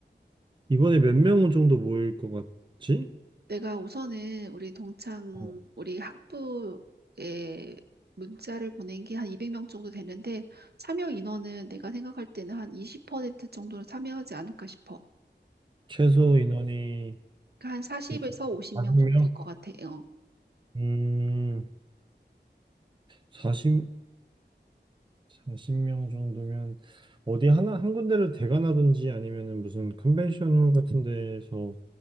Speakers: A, on the right; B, on the right.
A: 이번에 몇 명 정도 모일 것 같지?
B: 내가 우선은 우리 동창,
A: 어.
B: 우리 학부에 문자를 보낸 게 한 200명 정도 되는데, 참여 인원은 내가 생각할 때는 한 20% 정도는 참여하지 않을까 싶어.
A: 최소 인원이,
B: 그러니까 한 40에서
A: 그러니까
B: 50명
A: 40명?
B: 정도 될 것 같아요.
A: 음, 사십 사십 명 정도면 어디 하나, 한 군데를 대관하든지 아니면은 무슨 컨벤션홀 같은 데에서